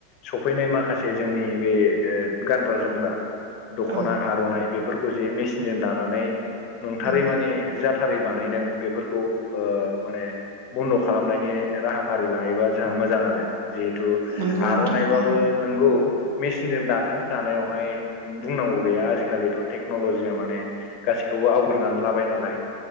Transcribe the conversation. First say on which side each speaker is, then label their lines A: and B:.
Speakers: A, on the left; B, on the right.
A: सफैनाय माखासे जोंनि बे ओ गानग्रा जोमग्रा दख'ना
B: औ
A: आर'नाइ बेफोरखौ जे मेसिनजों दानानै नंथारै
B: औ
A: माने जाथारै बानायदों बेफोरखौ ओ माने बन्द' खालामनायनि राहाफारि लायोबा जोंहा मोजां आरो जिहेथु
B: नंगौ
A: आर'नाइबाबो
B: नोंथां आं
A: नोंगौ मेसिनजों दाथों दानायावहाय बुंनांगौ गैया आजिखालिथ' टेक्नल'जिया माने गासैखौबो आवग्रिनानै लाबाय नालाय